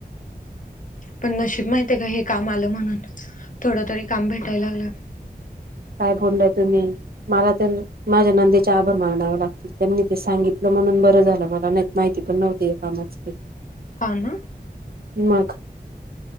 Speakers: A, on the left; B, on the right.
A: पण नशीब माहिती आहे का हे काम आलं म्हणून थोडं तरी काम भेटायला लागलं
B: काय बोललंय तुम्ही मला तर माझ्या नंदेचे आभार मानावे लाग त्यांनी ते सांगितलं म्हणून बरं झालं मला नाही माहिती पण नव्हती या कामाच ते
A: हा ना.
B: मग